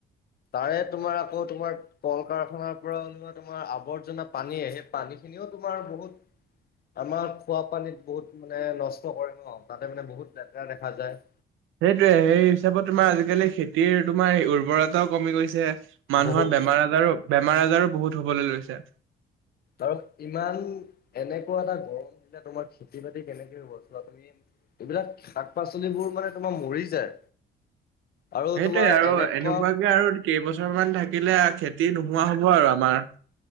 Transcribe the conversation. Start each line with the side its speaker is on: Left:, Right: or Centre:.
Left: তাৰে তোমাৰ আকৌ তোমাৰ কল-কাৰখানাৰ পৰা ওলোৱা তোমাৰ আৱৰ্জনা পানীয়ে। সেই পানী খিনিও তোমাৰ বহুত আমাৰ খোৱাপানীত বহুত মানে নষ্ট কৰে ন। তাতে মানে বহুত লেতেৰা দেখা যায়।
Right: সেইটোৱে সেই হিচাপত তোমাৰ আজিকালি খেতিৰ তোমাৰ উৰ্বৰতাও কমি গৈছে। মানুহৰ
Left: বহুত
Right: বেমাৰ-আজাৰো, বেমাৰ-আজাৰো বহুত হ'বলৈ লৈছে।
Left: আৰু ইমান এনেকুৱা এটা গৰম দিলে তোমাৰ খেতি-বাতি কেনেকে হ'ব চোৱা তুমি। এইবিলাক শাক-পাচলিবোৰ মানে তোমাৰ মৰি যায়। আৰু
Right: সেইটোৱে।
Left: তোমাৰ
Right: আৰু
Left: এনেকুৱা
Right: এনেকুৱাকে আৰু কেইবছৰ মান থাকিলে খেতি নো নোহোৱা হ'ব আৰু আমাৰ।